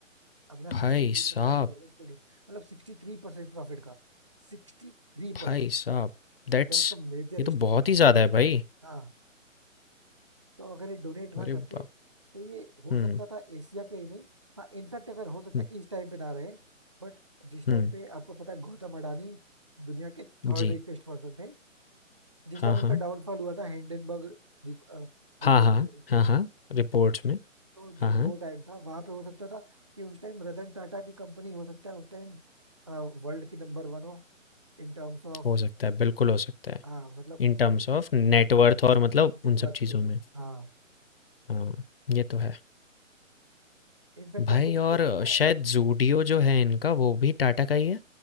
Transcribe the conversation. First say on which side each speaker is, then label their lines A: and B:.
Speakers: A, on the right (about 25°); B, on the left (about 50°).
A: अपना सिक्सटी
B: भाई
A: थ्री
B: साहब,
A: परसेंट गवर्नमेंट को donate- मतलब सिक्सटी थ्री परसेंट प्रॉफिट का sixty three
B: भाई
A: percent
B: साहब, दैट्स
A: That's a major
B: ये तो
A: stake
B: बहुत ही ज़्यादा है भाई।
A: हाँ तो अगर ये डोनेट ना
B: अरे
A: करते
B: बाप!
A: तो ये हो
B: हुँ,
A: सकता था एशिया के ही नहीं हाँ इनफैक्ट अगर हो सकता
B: हुँ,
A: है इस टाइम पे ना रहे बट जिस टाइम
B: हुँ।
A: पे आपको पता है गौतम अडानी दुनिया के
B: जी।
A: थर्ड रिचेस्ट पर्सन थे जिस
B: हाँ,
A: टाइम
B: हाँ।
A: उनका डाउनफॉल हुआ था हिंडनबर्ग रिप,
B: हाँ,
A: रिपोर्ट
B: हाँ।
A: की वजह से
B: हाँ, हाँ। रिपोर्ट्स में।
A: तो जब
B: हाँ, हाँ।
A: वो टाइम था वहां पे हो सकता था कि उस टाइम रतन टाटा की कंपनी हो सकता है उस टाइम वर्ल्ड की नंबर वन हो इन टर्म्स ऑफ
B: हो सकता है, बिल्कुल हो सकता है।
A: हाँ मतलब
B: In
A: इसके
B: terms of net worth और मतलब
A: नेटवर्थ
B: उन सब चीज़ों
A: के टर्म्स
B: में।
A: हाँ
B: हाँ, ये तो है।
A: इनफैक्ट
B: भाई
A: आपको एक
B: और
A: चीज पता
B: शायद
A: है
B: ज़ूडियो जो है इनका वो भी टाटा का ही है।